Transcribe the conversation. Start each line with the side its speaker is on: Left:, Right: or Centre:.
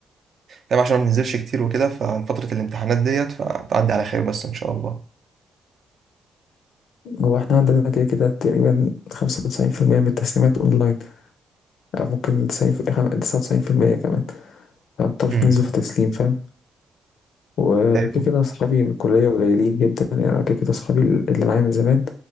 Right: يعني عشان ما بننزلش كتير وكده ففتره الامتحانات ديت فتعدي على خير بس ان شاء الله
Left: هو احنا عندنا كده كده تقريبا 95% من التسليمات اونلاين او ممكن 90 في- خم- 99% كمان فمبنضطرش
Right: امم
Left: ننزل في تسليم فاهم وكده
Right: حلو
Left: كده اصحابي من الكلية قليلين جدا يعني أنا كده كده اصحابي اللي معايا من زمان